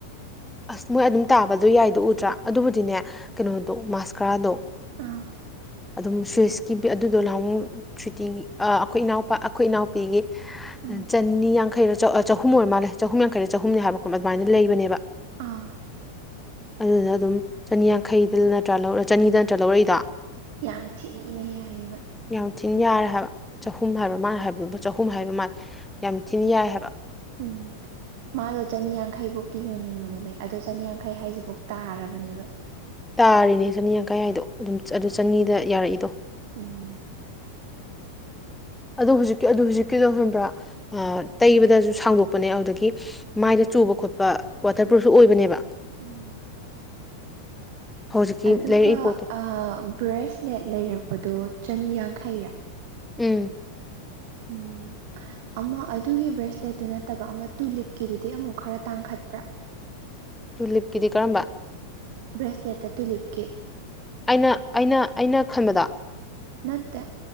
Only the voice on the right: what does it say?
ꯑꯥ
ꯎꯝ
ꯑꯥ
ꯌꯥꯝ ꯊꯤꯅ ꯌꯥꯏꯑꯦꯕ
ꯎꯝ ꯃꯥꯗꯣ ꯆꯅꯤꯌꯥꯡꯈꯩꯕꯧꯇꯤ ꯌꯣꯟꯅꯤꯡꯕꯅꯦꯕ ꯑꯗꯣ ꯆꯅꯤꯌꯥꯡꯈꯩ ꯍꯥꯏꯁꯤꯕꯨꯛ ꯇꯥꯔꯕꯅꯦꯕ
ꯎꯝ
ꯎꯝ
ꯑꯗꯨꯒ
ꯑꯥ ꯕ꯭ꯔꯦꯁꯂꯦꯠ ꯂꯩꯔꯛꯄꯗꯣ ꯆꯅꯤꯌꯥꯡꯈꯩꯔꯥ
ꯎꯝ ꯑꯃ ꯑꯗꯨꯒꯤ ꯕ꯭ꯔꯦꯁꯂꯦꯠꯇꯨ ꯅꯠꯇꯕ ꯑꯃ ꯇꯨꯂꯤꯞꯀꯤꯗꯨꯗꯤ ꯑꯃꯨꯛ ꯈꯔ ꯇꯥꯡꯈꯠꯄ꯭ꯔꯥ
ꯕ꯭ꯔꯦꯁꯂꯦꯠꯇ ꯇꯨꯂꯤꯞꯀꯤ
ꯅꯠꯇꯦ